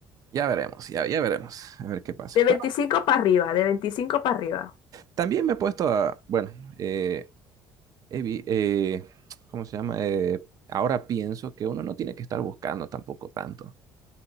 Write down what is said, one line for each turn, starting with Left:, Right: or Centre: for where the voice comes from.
Right: Ya veremos, ya, ya veremos, a ver qué pasa.
Left: De
Right: Bueno,
Left: 25 para arriba, de 25 para arriba.
Right: también me he puesto a, bueno, eh, he vi- eh, ¿cómo se llama? Eh, ahora pienso que uno no tiene que estar buscando tampoco tanto,